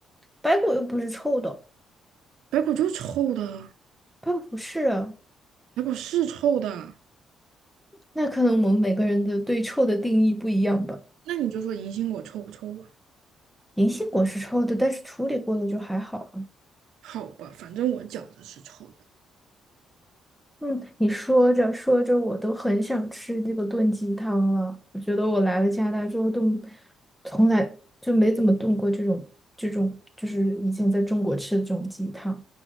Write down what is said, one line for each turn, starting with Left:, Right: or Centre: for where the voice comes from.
Centre: 白果又不是臭的，
Right: 白果就是臭的，
Centre: 白果不是啊，
Right: 白果是臭的。
Centre: 那可能我们每个人的对臭的定义不一样吧。
Right: 那你就说银杏果臭不臭吧？
Centre: 银杏果是臭的，但是处理过了就还好啊。
Right: 好吧，反正我觉子是臭的。
Centre: 嗯，你说着说着，我都很想吃这个炖鸡汤了。我觉得我来了加拿大之后，都从来就没怎么炖过这种这种，就是以前在中国吃的这种鸡汤。